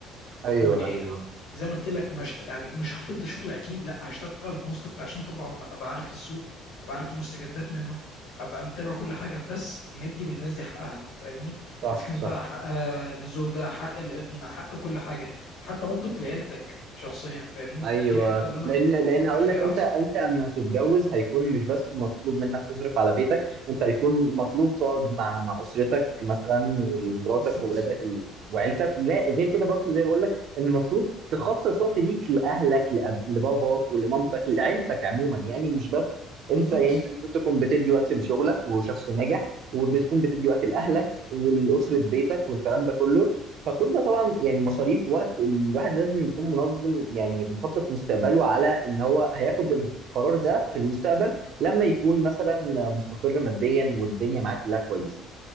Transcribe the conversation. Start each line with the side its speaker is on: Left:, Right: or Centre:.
Right: ايوه
Left: اكون عيله
Right: ايوه
Left: زي ما قلت لك مش يعني مش هفض شغل اكيد لا هشتغل بنص طاقتي عشان طبعا ابقى عارف السوق ابقى عارف المستجدات منه ابقى متابع كل حاجه بس مدي للناس دي حقها فاهمني
Right: صح
Left: اذا كان
Right: صح
Left: بقى حقها لزوجه حق الابن حق كل حاجه حتى برضك لعيلتك شخصيا فاهمني
Right: ايوه
Left: دي الحته اللي انا
Right: لان
Left: بفكر
Right: لان هقول
Left: فيها
Right: لك انت
Left: احسن
Right: انت اما تتجوز هيكون مش بس مطلوب منك تصرف على بيتك انت هيكون مطلوب تقعد مع مع اسرتك مثلا ومراتك
Left: بالظبط
Right: وولادك ال- وعيلتك لا غير كده برضه زي ما بقول لك المفروض تخصص وقت ليك لاهلك لأب... لباباك ولمامتك لعيلتك عموما يعني مش بس
Left: بالظبط
Right: انت يعني انت المفروض تكون بتدي وقت لشغلك وشخص ناجح وبتكون بتدي وقت لاهلك ولاسره بيتك والكلام ده كله فكل ده طبعا يعني المصاريف وقت الواحد لازم يكون منظم يعني مخطط مستقبله على ان هو هياخد القرار ده في المستقبل لما يكون مثلا مستقر ماديا والدنيا معاه كلها كويسه